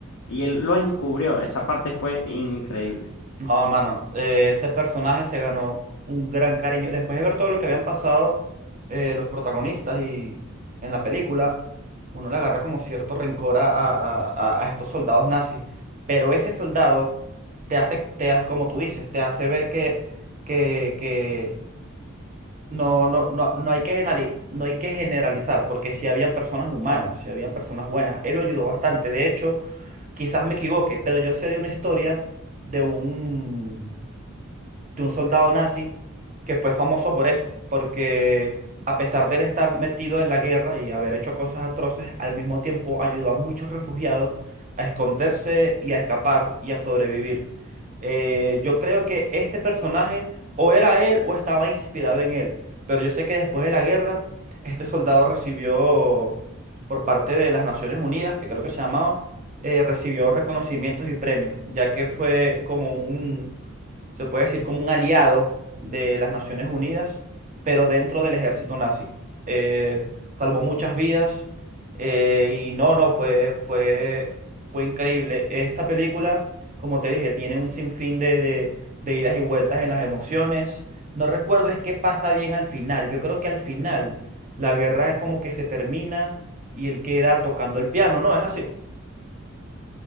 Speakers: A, on the left; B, on the right.
A: y él lo encubrió. Esa parte fue increíble.
B: No, hermano, eh, ese personaje se ganó un gran cariño. Después de ver todo lo que habían pasado eh, los protagonistas y en la película, uno le agarra como cierto rencor a, a- a- a estos soldados nazis. Pero ese soldado te hace, te hace, como tú dices, te hace ver que, que, que No, no, no, no hay que generali- no hay que generalizar, porque si habían personas humanas, si habían personas buenas, él lo ayudó bastante. De hecho, quizás me equivoque, pero yo sé de una historia de un de un soldado nazi que fue famoso por eso, porque a pesar de él estar metido en la guerra y haber hecho cosas atroces, al mismo tiempo ayudó a muchos refugiados a esconderse y a escapar y a sobrevivir. Eh, yo creo que este personaje o era él o estaba inspirado en él, pero yo sé que después de la guerra, este soldado recibió por parte de las Naciones Unidas, que creo que se llamaban, eh, recibió reconocimientos y premios, ya que fue como un, se puede decir como un aliado de las Naciones Unidas, pero dentro del ejército nazi. Eh, salvó muchas vidas eh, y no, no, fue, fue, fue increíble. Esta película, como te dije, tiene un sinfín de, de, de idas y vueltas en las emociones. No recuerdo es qué pasa bien al final. Yo creo que al final la guerra es como que se termina y él queda tocando el piano, ¿no? ¿Es así?